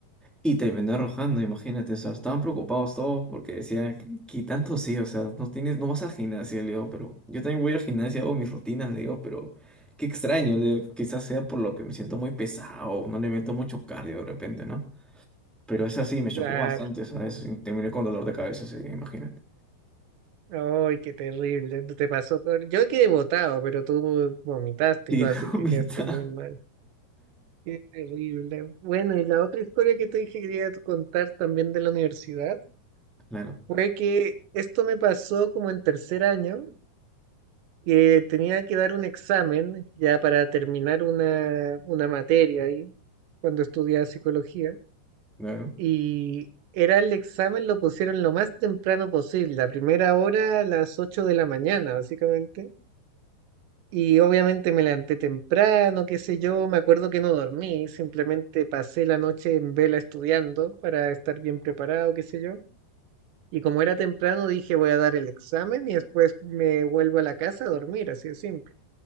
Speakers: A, in the centre; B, on the right (about 85°).
A: y terminó arrojando, imagínate, o sea, estaban preocupados todos porque decían, ¿qué qué tanto sí? O sea, no tienes, no vas al gimnasio, le digo, pero yo también voy al gimnasio, hago mis rutinas, le digo, pero qué extraño, le digo, quizás sea por lo que me siento muy pesado, no le meto mucho cardio de repente, ¿no? Pero es así, me chocó
B: claro.
A: bastante, ¿sabes? Y Terminé con dolor de cabeza ese imagínate.
B: Ay, qué terrible. Te pasó peor. Yo quedé botado, pero tú vomitaste
A: Y
B: y
A: dijo
B: todo, así que
A: <laughs> mitad.
B: quedaste muy mal. Qué terrible. Bueno, y la otra historia que te dije que quería contar también de la universidad
A: Claro,
B: fue que esto me pasó como en tercer año, que tenía que dar un examen ya para terminar una, una materia ahí, cuando estudiaba psicología,
A: claro.
B: y era el examen, lo pusieron lo más temprano posible, la primera hora a las 8 de la mañana, básicamente. Y obviamente me levanté temprano, qué sé yo, me acuerdo que no dormí, simplemente pasé la noche en vela estudiando para estar bien preparado, qué sé yo. Y como era temprano, dije voy a dar el examen y después me vuelvo a la casa a dormir, así de simple.